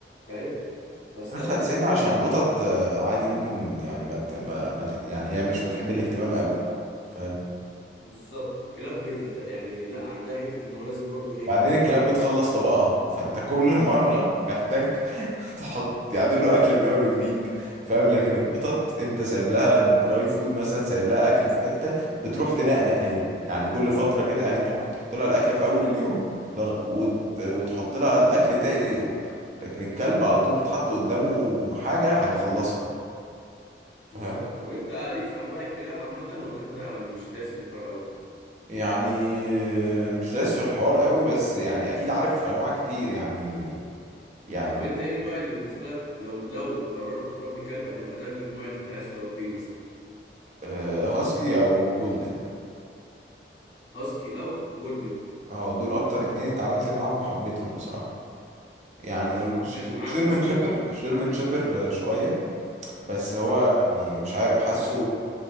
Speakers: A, on the left (about 70°); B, on the right (about 40°).
A: فاهم بس
B: اسهل
A: لا تربية
B: سن
A: الكلاب
B: عشان القطط آه، عادي ممكن يعني ما, ت... ما... ما ت... يعني هي مش بتحب الاهتمام قوي فاهم
A: بالظبط الكلاب بتهت... يعني لا عندها حتة إن هو لازم برضو إيه
B: بعدين الكلاب بتخلص طبقها فانت كل مره محتاج <laughs> تحط تعمل له اكل من اول وجديد فاهم
A: بالظبط
B: لكن القطط انت سايب لها الدراي فود مثلا سايب لها اكل في حته بتروح تنقنق هي يعني كل فتره
A: بالظبط
B: كده يعني انت
A: مع
B: ممكن تحط
A: حاجة
B: لها
A: كده
B: الاكل في اول اليوم لغ... وت... وتحط لها الاكل تاني يوم لكن الكلب على طول اتحط قدامه حاجه هيخلصها فاهم
A: بالظبط طب انت ليك في انواع الكلاب عامه ولا انت مش دايس في الحوار قوي
B: يعني آه، مش دايس في الحوار قوي بس يعني اكيد عارف انواع كتير يعني يعني
A: طب انت ايه النوع اللي بالنسبه لك لو لو قررت تربي كلب هتبقى ده النوع اللي انت عايز تربيه مثلا
B: آه، هاسكي او جولدن
A: هاسكي او جولدن
B: اه دول اكتر اتنين اتعاملت معاهم وحبيتهم بصراحة يعني
A: طب ما
B: وش-
A: جاش
B: والجيرمن
A: معاك مثلا
B: شيبر الجيرمن شيبر آه، شوية بس هو
A: امم
B: يعني مش عارف حاسه